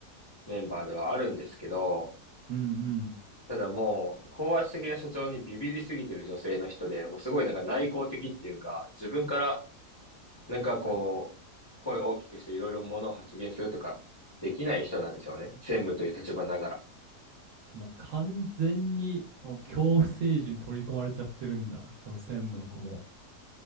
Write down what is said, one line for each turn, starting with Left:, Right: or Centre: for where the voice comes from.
Left: メンバーではあるんですけど、
Right: うんうん
Left: ただもう、高圧的な社長にビビりすぎてる女性の人で、もうすごいなんか内向的っていうか、自分からなんかこう、声を大きくしていろいろものを発言するとかできない人なんですよね。専務という立場ながら。
Right: もう完全にもう恐怖政治に取り込まれちゃってるんだその専務の子も